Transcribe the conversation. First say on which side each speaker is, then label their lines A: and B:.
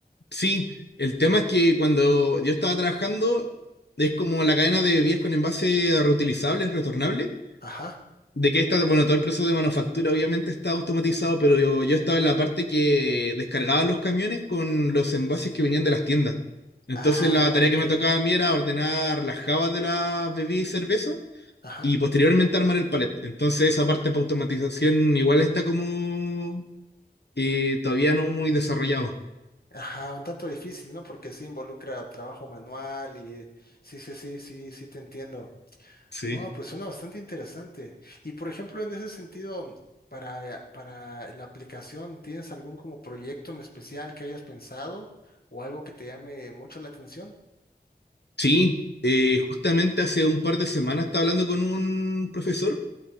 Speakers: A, on the left; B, on the left.
A: Sí, el tema es que cuando yo estaba trabajando, es como la cadena de vías con envase reutilizables, retornables,
B: Ajá.
A: de que esta, bueno, todo el proceso de manufactura obviamente está automatizado, pero yo, yo estaba en la parte que descargaba los camiones con los envases que venían de las tiendas. Entonces
B: Ah,
A: la tarea
B: ok.
A: que me tocaba a mí era ordenar las jabas de las bebidas y cerveza
B: Ajá.
A: y posteriormente armar el palet. Entonces esa parte para automatización igual está como eh, todavía no muy desarrollado.
B: Ajá, un tanto difícil, ¿no? Porque sí involucra trabajo manual y eh, sí, sí, sí, sí, sí te entiendo.
A: Sí.
B: No, pues suena bastante interesante. Y por ejemplo, en ese sentido, para, para la aplicación, ¿tienes algún como proyecto en especial que hayas pensado o algo que te llame mucho la atención?
A: Sí, eh, justamente hace un par de semanas estaba hablando con un profesor